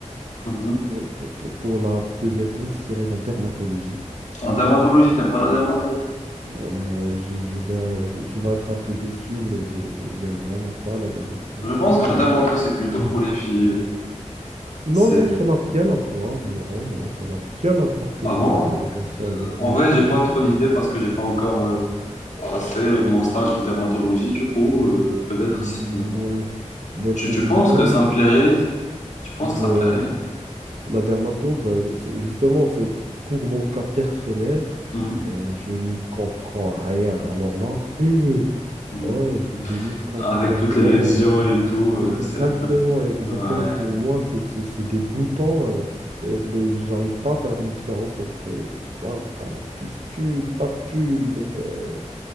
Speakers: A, on the left; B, on the right.
A: Mhm.
B: pour, pour- pour- pour la deuxième place, je dirais la dermatologie.
A: En dermatologie, t'aimes pas la dermato?
B: Ouais, je, je vais, euh, je- tu vas être un peu déçu, mais j'ai- j'ai- j'aime vraiment pas la dermatologie.
A: Je pense que la dermato, c'est plutôt pour les filles.
B: Non,
A: C'est...
B: non, ça n'a rien à voir. Non, non, ça n'a rien à voir que
A: Ah
B: ce
A: bon?
B: soit pour les garçons et les- ou
A: En
B: les
A: vrai,
B: filles.
A: j'ai pas trop d'idées parce que j'ai pas encore euh, passé mon stage de dermatologie. Du coup, euh, peut-être.
B: M-
A: ça-
B: Ouais. Ben,
A: Tu,
B: pour
A: tu penses
B: moi.
A: que ça me plairait? Tu penses
B: Ben,
A: que ça me plairait?
B: la dermato, ben, c'est- justement, c'est pour mon cas personnel,
A: Mhm.
B: ben, je n'y comprends rien. Alors là, <gasps> hmm,
A: Mhm.
B: ouais, je, je n'y comprends
A: Avec toutes
B: vraiment
A: les lésions
B: rien.
A: et tout, euh,
B: Exactement,
A: c'est un peu.
B: exactement.
A: Ouais.
B: Pour moi, c'est c'est- c'est des boutons. euh, euh, ben, j'arrive pas à faire la différence entre, euh, tu vois, un pustule, papule. euh,